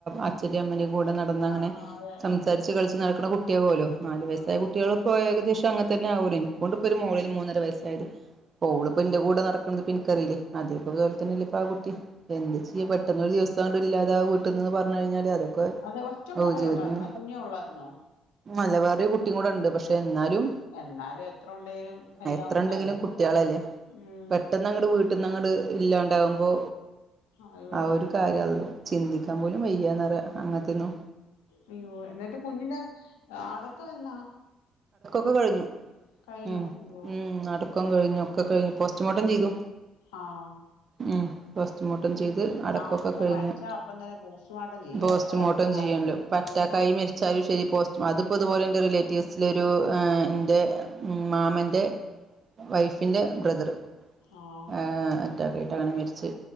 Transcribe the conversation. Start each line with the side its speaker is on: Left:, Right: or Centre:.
Right: അച്ഛൻ്റെം അമ്മൻ്റേം കൂടെ നട ടന്നങ്ങനെ
Left: ആഹ് അതെ
Right: സംസാരിച്ച് കളിച്ച് നടക്ക്ണ കുട്ടിയാവോലൊ നാല് വയസ്സായ
Left: ആഹ്
Right: കുട്ടികള് ഇപ്പൊ ഏകദേശം അങ്ങൻതന്നെ ആവൂലെ ഇക്കുണ്ട്പ്പൊര് മൂന്നര മൂന്നര വസ്സായത് ഇപ്പോളിപ്പന്റെ കൂടെ നടക്ക്ണത് ഇപ്പിൻക്കറീലെ അതേ പോൽ തന്നെല്ലേ ഇപ്പ ആ കുട്ടിം എന്താ ചെയ്യ
Left: അതെ
Right: പെട്ടെന്നൊരു ദിവസാണ്ട് ഇല്ലാതെ ആ വീട്ട്ന്ന് പറഞ്ഞ് കഴിഞ്ഞാല് അതൊക്കെ
Left: അത് ഒറ്റ
Right: ഓ
Left: മോളെ
Right: ജീവിതത്തിന്
Left: ഒള്ളായിരുന്നോ കുഞ്ഞേ ഒള്ളായിരുന്നോ?
Right: അല്ല വേറൊരു കുട്ടിം കൂടെണ്ട് പക്ഷെന്നാലും
Left: എന്നാലും എത്രണ്ടേലും എല്ലാം
Right: എത്രണ്ടെങ്കിലും
Left: ഒന്നല്ലേ
Right: കുട്ട്യാളല്ലേ
Left: ഉം
Right: പെട്ടന്നങ്ങട് വീട്ട്ന്നങ്ങട് ഇല്ലാണ്ടാവുമ്പോ
Left: അയ്യോ
Right: ആഹ് ഒരു കാര്യല്ലു
Left: ശോ
Right: ചിന്തിക്കാൻ പോലും വെയ്യാന്നറിയ അങ്ങനത്തിന്നു.
Left: അയ്യോ എന്നിട്ട് കുഞ്ഞിന്റെ അടക്കം എന്നാ
Right: കെ കഴിഞ്ഞു
Left: കഴിഞ്ഞോ
Right: ഉം
Left: അയ്യോ
Right: ഉം അടക്കം കഴിഞ്ഞു ഒക്കെ കഴിഞ്ഞു പോസ്റ്റ്മോർട്ടം ചെയ്തു.
Left: ആഹ്
Right: ഉം പോസ്റ്റ്മോർട്ടം ചെയ്ത് അടക്കക്കെ
Left: ആഹ് ഇപ്പൊ
Right: കഴിഞ്ഞു
Left: മരിച്ചാ അപ്പം തന്നെ പോസ്റ്റ്മോർട്ടം ചെയ്യും
Right: പോസ്റ്റ്മോർട്ടം
Left: എത്ര എങ്ങനാണേലും
Right: ചെയ്യണല്ലോ പറ്റാകായിമ്മേര്
Left: ഉം
Right: ചാലു ശേരി പോസ്റ്റും അതിപ്പോ അതുപോലെ ഇൻ്റെ റിലേറ്റീവ്സിലൊരു എൻ്റെ മാമൻ്റെ വൈഫിൻ്റെ ബ്രദറ്
Left: ആഹ്
Right: ഏഹ് അറ്റക്കയ്ക്കാണ്ട് അങ്ങനെ മരിച്ച്.